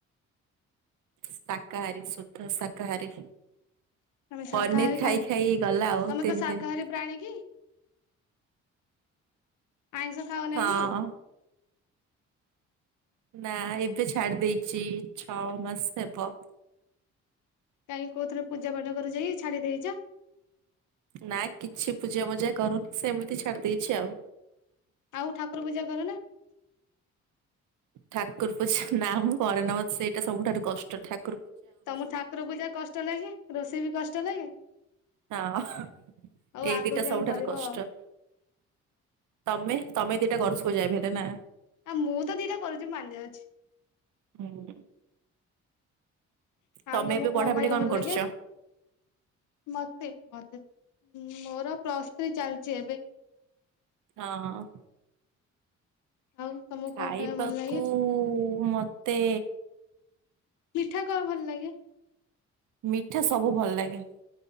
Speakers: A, on the right; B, on the left.
A: ଶାକାହାରୀ ଶୁଦ୍ଧ ଶାକାହାରୀ।
B: ତମେ ଶାକାହାରୀ
A: ପନିର ଖାଇ ଖାଇ ଗଲା ଆଉ
B: ତମେ
A: ତିନି
B: କଣ ଶାକାହାରୀ
A: ଦିନ୍।
B: ପ୍ରାଣୀ କି? ଆଇଁଷ ଖାଉନା
A: ହଁ
B: କି?
A: ନା ଏବେ ଛାଡି ଦେଇଚି ଛଅ ମାସ ହେବ।
B: କାଇଁ, କୋଉ ଥିରେ ପୂଜା ପାଠ କରୁଚ କି ଛାଡି ଦେଇଚ?
A: ନା କିଛି ପୂଜା ମଜା କରୁନି ସେମିତି ଛାଡି ଦେଇଛି ଆଉ।
B: ଆଉ ଠାକୁର ପୂଜା କର ନା?
A: ଠାକୁର୍ ପୂଜା ନାମ୍ ପରେ ନବ ସେଇଟା ସବୁଠାରୁ କଷ୍ଟ ଠାକ୍
B: ତମୁ ଠାକୁର ପୂଜା କଷ୍ଟ ଲାଗେ। ରୋଷେଇ ବି କଷ୍ଟ ଲାଗେ।
A: ହଁ
B: ଆଉ
A: ଏଇ
B: ଆଗକୁ
A: ଦିଟା
B: ଯାଇ
A: ସବୁଠାରୁ
B: କରିବ
A: କଷ୍ଟ।
B: ଆଉ
A: ତମେ? ତମେ ଦିଇଟା ଗଡ୍ ଶୋଇ ଯାଏ ମୁ ହେଲେ ନା।
B: ଆ ମୁଁ ତ ଦିଟା କରୁଚି ମାନି ଯାଉଚି।
A: ହୁଁ ତମେ
B: ଆଉ ତମକୁ
A: ଏବେ
B: କଣ
A: ପଢାପଢି
B: ଖାଇବାକୁ ଭଲ
A: କରୁଛ?
B: ଲାଗେ? ମତେ ମତେ ଉଁ ମୋର ପ୍ଲସ୍ ଥ୍ରୀ ଚାଲିଚି ଏବେ।
A: ହଁ ଅ।
B: ଆଉ ତମକୁ
A: ଖାଇବାକୁ
B: କଣ ଖାଇବା ଭଲ ଲାଗେ
A: ଉ-ଉ-ଉ ମତେ
B: ମିଠା କଣ ଭଲ ଲାଗେ?
A: ମିଠା ସବୁ ଭଲ ଲାଗେ।